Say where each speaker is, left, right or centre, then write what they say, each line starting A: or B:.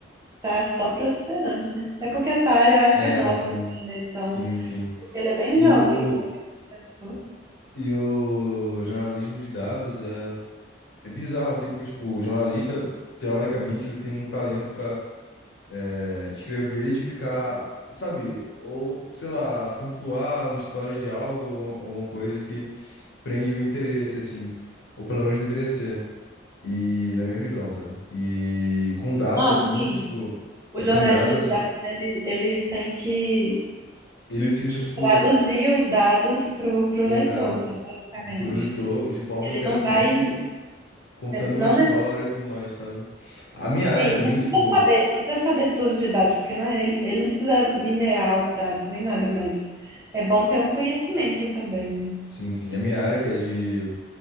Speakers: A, on the right; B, on the left.
A: Tá só prosperando, né? É porque essa área eu acho
B: É,
A: que é nova,
B: sim.
A: assim, né? Então,
B: Sim, sim.
A: Ele é bem
B: E
A: jovem,
B: o,
A: ele é professor.
B: e o jornalismo de dados é, é bizarro, assim, porque, tipo, o jornalista, teoricamente, ele tem um talento para é, escrever e explicar, sabe? Ou, sei lá, acentuar uma história de algo, alguma, alguma coisa que prende o interesse, assim. Ou pelo menos deveria ser. E na minha visão, sabe? E com dados,
A: Não,
B: assim,
A: sim.
B: tipo.
A: O
B: E
A: jornalista
B: com dados, assim,
A: de dados, ele, ele tem que,
B: ele utiliza,
A: que
B: tipo,
A: traduzir os dados para o
B: exato,
A: leitor, né, basicamente.
B: pro leitor de forma
A: Ele
B: interessante,
A: não vai,
B: contando
A: não,
B: uma história
A: ne-
B: e tudo mais, sabe? A minha área
A: sim,
B: também,
A: não
B: tipo.
A: precisa saber, não precisa saber tudo de dados, porque não é, ele, ele não precisa minerar os dados nem nada, mas é bom ter um conhecimento também, né?
B: Sim, sim. A minha área, que é de